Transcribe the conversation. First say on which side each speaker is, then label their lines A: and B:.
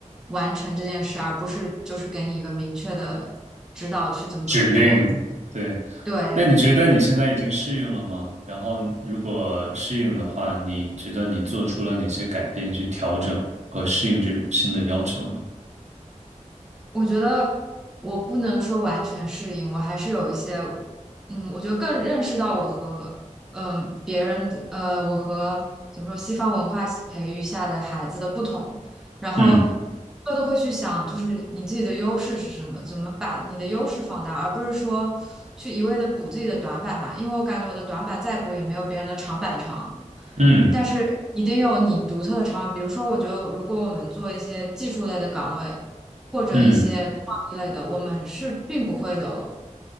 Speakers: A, in the centre; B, on the right (about 60°).
A: 完成这件事，而不是就是给你一个明确的指导去怎么怎么做。
B: 指令，对。
A: 对，
B: 那你觉得你现在已经适应了吗？然后，如果适应的话，你觉得你做出了哪些改变去调整和适应这种新的要求呢？
A: 我觉得我不能说完全适应，我还是有一些，嗯，我觉得更认识到我和嗯、呃别人的呃，我和怎么说西方文化培育下的孩子的不同，然后
B: 嗯
A: 我都会去想，就是你自己的优势是什么，怎么把你的优势放大，而不是说去一味的补自己的短板吧，因为我感觉我的短板再补也没有别人的长板长。
B: 嗯
A: 但是一定有你独特的长板比如说，我觉得如果我们做一些技术类的岗位。或者一些创意类的，
B: 嗯
A: 我们是并不会有，